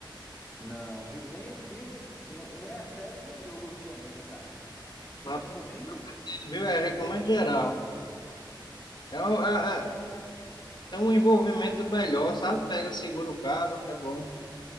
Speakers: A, on the left; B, on the left.
A: Não, vi nem o filme, ne- nem a série, nem o jogo eu vi ainda, cara.
B: Mas,
A: Tu recomenda?
B: viu? É, recomendo geral. É, um- é-
A: Oh,
B: é- tem um envolvimento melhor, sabe? Pega, segura o cabo, é bom.